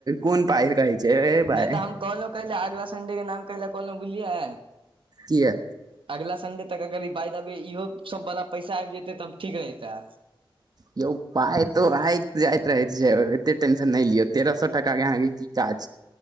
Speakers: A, on the right (about 45°); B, on the right (about 70°).
A: कोन पाय कहै छै ए
B: नय
A: भाय
B: तऽ हम कहलौं कैले अगला संडे के नाम कहिला कहलौं बुझलियै
A: किया
B: अगिला संडे तक अगर ई बा दब इहो सब वाला पैसा आबि जेतै तब ठीक रहिते
A: यौ पाय तो आइब जाइत रहै छै एते टेन्शन नय लिय तेरह सो टका के अहाँके की काज